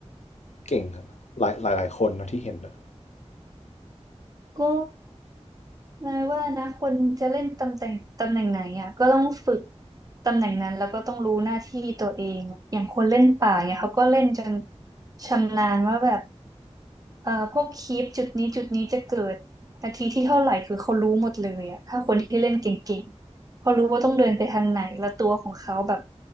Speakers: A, on the left; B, on the right.
A: เก่งอะหลายหลายหลายคนนะที่เห็นอะ
B: ก็ เนายว่านะคนจะเล่นตำแหน่งตำแหน่งไหนอ่ะก็ต้องฝึกตำแหน่งนั้นแล้วก็ต้องรู้หน้าที่ตัวเองอะอย่างคนเล่นป่าเนี่ยเขาก็เล่นจนชำนาญว่าแบบเอ่อพวกคีปจุดนี้จุดนี้จะเกิดนาทีที่เท่าไหร่คือเขารู้หมดเลยอ่ะถ้าคนที่เล่นเก่งๆเขารู้ว่าต้องเดินไปทางไหนแล้วตัวของเขาแบบ